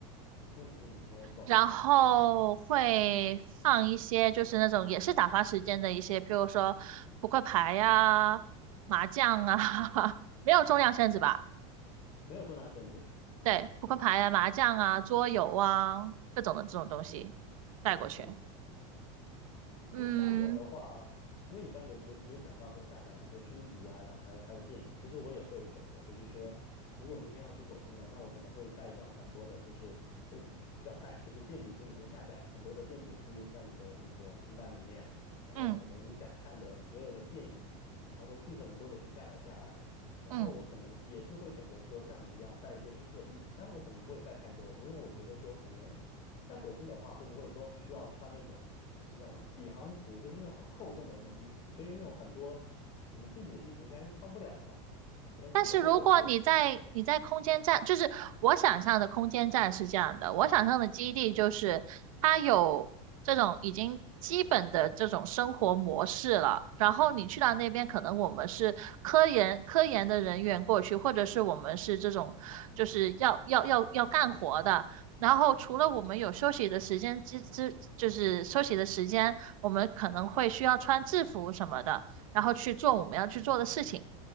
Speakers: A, on the left; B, on the right.
A: 嗯嗯，没有错，
B: 然后会放一些就是那种也是打发时间的一些，
A: 对，
B: 譬如说扑克牌呀、麻将啊，<laughs> 没有重量限制吧？
A: 没有重量限制，
B: 对，扑克牌啊、麻将啊、桌游啊各种的这种东西带过去。
A: 嗯。
B: 嗯
A: 其实像我的话，因为你刚刚有有有讲到说下载那些书籍啊，然后还有还有电影，其实我也会选择，就是说，如果明天要去火星了，那我可能会带上很多的，就是就不叫带，就是电子书，你会下载很多的电子书在你的那个平板里面，然后可能你想看的所有的电影，
B: 嗯
A: 然后都尽可能多的去下载下来，然后我可能也是会选择说像你一样带一些舒适的衣服，
B: 嗯。
A: 但我可能不会带太多，因为我觉得说可能在火星的话，会不会都需要穿那种就是叫什么宇航服，就是那种很厚重的那种衣服，所以那种很多我们自己的衣服应该是穿不了的吧？我在想说会不会有这个情况？
B: 但是如果你在你在空间站，就是我想象的空间站是这样的，我想象的基地就是它有这种已经基本的这种生活模式了，然后你去到那边，可能我们是科研科研的人员过去，或者是我们是这种就是要要要要干活的。然后除了我们有休息的时间之之，就是休息的时间，我们可能会需要穿制服什么的。然后去做我们要去做的事情。